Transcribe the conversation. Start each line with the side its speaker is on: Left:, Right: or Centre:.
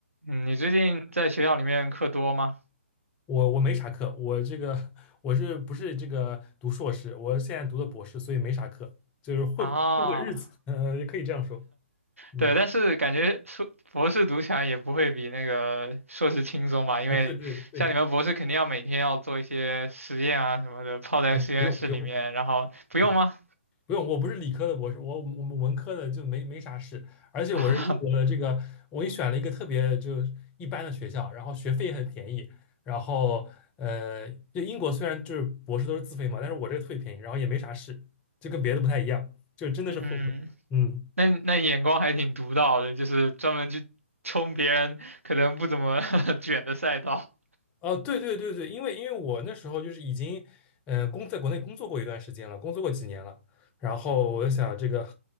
Right: 嗯，你最近在学校里面课多吗？
Left: 我我没啥课，我这个我是不是这个读硕士？我现在读的博士，所以没啥课，就是混混个日子，
Right: 啊，
Left: 呃，也可以这样说。嗯，
Right: 对，但是感觉硕博士读起来也不会比那个硕士轻松吧？因为像你们博士肯定要每天要做一些实验啊什么的，
Left: 啊，对对对，
Right: 泡在实验室里面，
Left: 呃不用不用，
Right: 然后不用吗？
Left: 嗯，不用，我不是理科的博士，我我们文科的就没没啥事，而且我是英国的这个，
Right: <laughs>
Left: 我也选了一个特别就一般的学校，然后学费也很便宜，然后呃，就英国虽然就是博士都是自费嘛，但是我这个特别便宜，然后也没啥事，就跟别的不太一样，就真的是混混，
Right: 嗯，
Left: 嗯。
Right: 那那你眼光还挺独到的，就是专门去冲别人可能不怎么 <laughs> 卷的赛道。
Left: 哦，对对对对，因为因为我那时候就是已经，呃，工在国内工作过一段时间了，工作过几年了，然后我就想这个